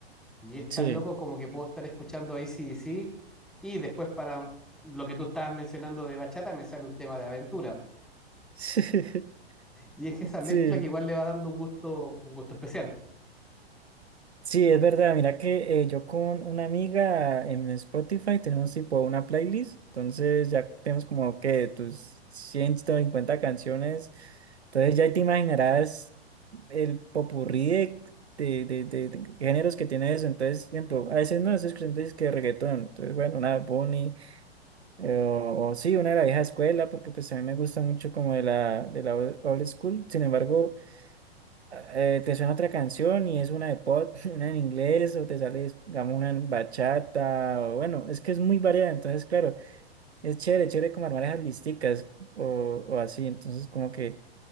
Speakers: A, in the centre; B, on the right (about 85°).
A: Y es
B: Sí,
A: tan loco como que puedo estar escuchando AC/DC y después para lo que tú estabas mencionando de bachata me sale un tema de aventura.
B: <laughs>
A: Y es esa mezcla
B: sí,
A: que igual le va dando un gusto, un gusto especial.
B: sí, es verdad, mira que eh, yo con una amiga en Spotify tenemos tipo una playlist, entonces ya tenemos como que tus 150 canciones, entonces ya te imaginarás el popurrí de, de, de, de- de géneros que tiene eso, entonces, por ejemplo, a veces no estoy escuchando que reggaetón, entonces bueno, una Bunny Eh, O, o sí, una de la vieja escuela, porque pues a mí me gusta mucho como de la, de la old old school. Sin embargo, eh, te suena otra canción y es una de pop, <laughs> una en inglés, o te sale, digamos, una en bachata, o bueno, es que es muy variada. Entonces, claro, es chévere, chévere como armar esas listicas o, o así. Entonces, como que